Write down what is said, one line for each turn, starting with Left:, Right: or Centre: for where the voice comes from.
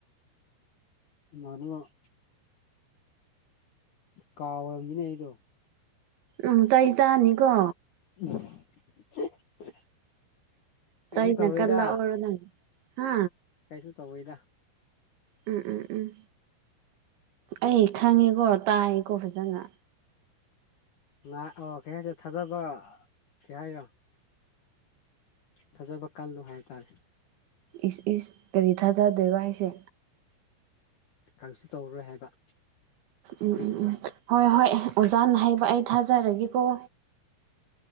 Left: ꯏꯃꯥꯟꯅꯕ ꯀꯥꯎꯔꯝꯃꯤꯅꯦ ꯑꯩꯗꯣ
Right: ꯎꯝ ꯆꯩ ꯆꯥꯅꯤꯀꯣ
Left: <unintelligible> ꯀꯩꯁꯨ
Right: ꯆꯩꯅ
Left: ꯇꯧꯔꯣꯏꯗ
Right: ꯀꯜꯂꯛꯑꯣꯔꯥ ꯅꯪ ꯍꯥ
Left: ꯀꯩꯁꯨ ꯇꯧꯋꯤꯗ
Right: ꯎꯝ ꯎꯝ ꯎꯝ ꯑꯩ ꯈꯪꯉꯦꯀꯣ ꯇꯥꯏꯌꯦꯀꯣ ꯐꯖꯅ
Left: ꯉꯥꯏ ꯑꯣ ꯀꯩ ꯍꯥꯏꯁꯦ ꯊꯥꯖꯕ ꯀꯩ ꯍꯥꯏꯔꯣ ꯊꯥꯖꯕ ꯀꯜꯂꯣ ꯍꯥꯏꯇꯥꯔꯦ
Right: ꯏꯁ ꯏꯁ ꯀꯔꯤ ꯊꯥꯖꯗꯣꯏꯕ ꯍꯥꯏꯁꯦ
Left: ꯀꯔꯤꯁꯨ ꯇꯧꯔꯔꯣꯏ ꯍꯥꯏꯕ ꯍꯧꯖꯤꯛꯀꯤꯗꯣ
Right: ꯎꯝ ꯎꯝ ꯎꯝ ꯍꯣꯏ ꯍꯣꯏ ꯑꯣꯖꯥꯅ ꯍꯥꯏꯕ ꯑꯩ ꯊꯥꯖꯔꯒꯦꯀꯣ